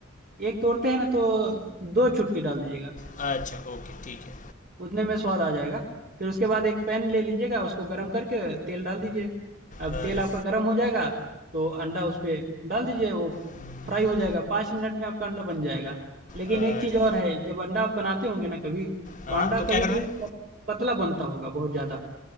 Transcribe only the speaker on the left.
अच्छा ओके ठीक है
अच्छा
हम्म,
अच्छा
हाँ
तो क्या
करना
है